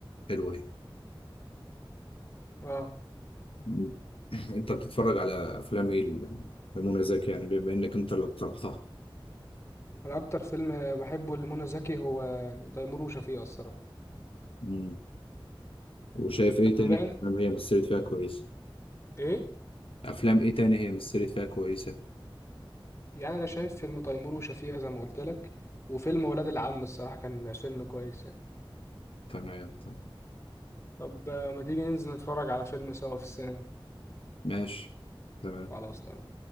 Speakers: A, on the left (about 85°); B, on the left (about 30°).
A: حلو ايه
B: اه
A: م- انت بتتفرج على افلام ايه ل- لمنى زكي يعني بما انك انت اللي اقترحتها
B: انا اكتر فيلم بحبه لمنى زكي هو يعني تيمور وشفيقة الصراحه
A: مم. وشايف ايه
B: طب
A: تاني
B: بما ان
A: افلام هي مثلت فيها كويس
B: ايه
A: افلام ايه تاني هي مثلت فيها كويسة
B: يعني انا شايف فيلم تيمور وشفيقة زي ما قلت لك وفيلم ولاد العم الصراحه كان فيلم كويس يعني
A: تمام تمام
B: طب آه، ما تيجي ننزل نتفرج على فيلم سوا في السينما
A: ماشي تمام
B: خلاص تمام